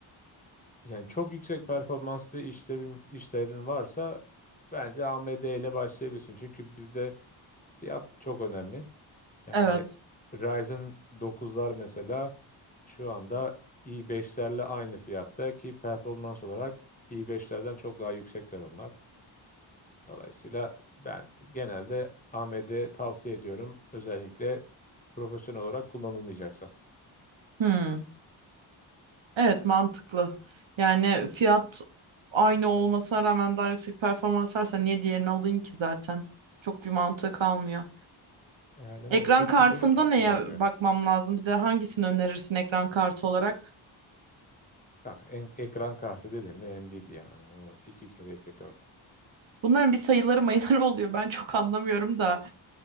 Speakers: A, on the left (about 15°); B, on the right (about 65°).
A: yani çok yüksek performanslı işlerin, işlerin varsa bence AMD ile başlayabilirsin. Çünkü bizde fiyat çok önemli. Yani
B: Evet.
A: Ryzen dokuzlar mesela şu anda i5'lerle aynı fiyatta ki performans olarak i5'lerden çok daha yüksekler onlar. Dolayısıyla ben genelde AMD tavsiye ediyorum. Özellikle profesyonel olarak kullanılmayacaksa.
B: Hmm. Evet mantıklı. Yani fiyat aynı olmasına rağmen daha yüksek performans varsa niye diğerini alayım ki zaten? Çok bir mantığı kalmıyor.
A: Aynen
B: Ekran
A: öyle. 300-400
B: kartında neye
A: dolar oynuyor.
B: bakmam lazım? Bir de hangisini önerirsin ekran kartı olarak?
A: Kanka en- ekran kartı dedim mi Nvidia yani o 2 kere 2 4.
B: Bunların bir sayıları mayıları <laughs> oluyor. Ben çok anlamıyorum da.